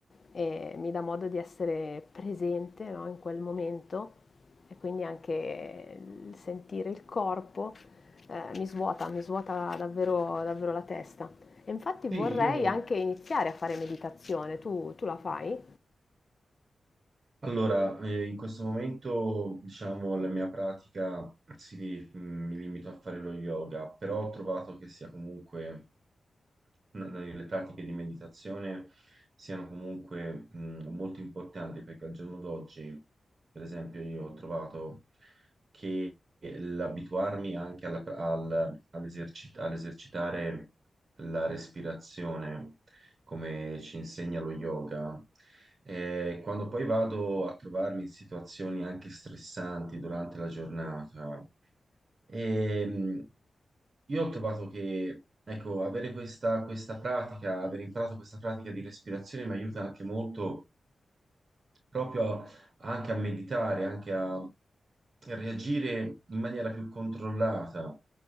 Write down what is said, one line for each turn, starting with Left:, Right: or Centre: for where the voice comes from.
Left: e mi dà modo di essere presente, no, in quel momento e quindi anche il sentire il corpo eh, mi svuota, mi svuota davvero, davvero la testa. E infatti vorrei
Right: Sì, io
Left: anche iniziare a fare meditazione, tu, tu la fai?
Right: Allora, eh, in questo momento, diciamo, la mia pratica si- mm, mi limito a fare lo yoga, però ho trovato che sia comunque n- n- le pratiche di meditazione siano comunque mh, molto importanti perché al giorno d'oggi, per esempio, io ho trovato che l'abituarmi anche alla- al- all'eserci- all'esercitare la respirazione come ci insegna lo yoga. E quando poi vado a trovarmi in situazioni anche stressanti durante la giornata, e, io ho trovato che, ecco, avere questa, questa pratica, aver imparato questa pratica di respirazione mi aiuta anche molto proprio a- anche a meditare, anche a reagire in maniera più controllata